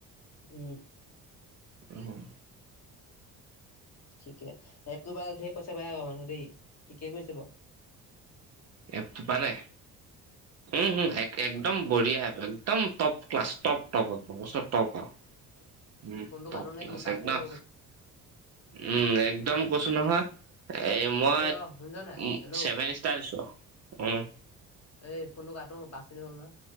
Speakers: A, on the left; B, on the right.
A: উম
B: উম,
A: ঠিকে এপটো পা ঢেৰ পইচা পায় আকৌ মানুহ দেই ঠিকে কৰিছে বাও।
B: এপটো পানে উম এক একদম বঢ়িয়া এপ একদম তপ। ক্লাছ টপ টপ এক টপ আও। উপ
A: ফোনটো
B: টপ
A: কাটো নে
B: ক্লাছ
A: কি পাঁচ
B: একদম
A: মিনিট হৈ গ'ল।
B: উম একদম কচু নহয়। এ মই
A: এই ৰ শুনিছ নাই
B: উম,
A: হেল্ল'
B: ছেভেন ষ্টাৰ দিছো উম
A: এই ফোনটো কাটো পাঁচ মিনিট হ'ল নহয়